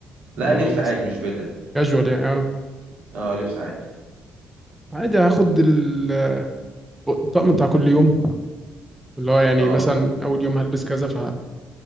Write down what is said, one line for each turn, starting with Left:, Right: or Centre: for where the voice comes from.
Right: لا
Centre: اه
Right: لبس
Centre: لو مثلا
Right: عادي مش بدل
Centre: كاجوال يعني اه
Right: اه لبس عادي
Centre: عادي هاخد ال- آه، الطقم بتاع كل يوم اللي هو يعني
Right: اه
Centre: مثلا اول يوم هلبس كذا ف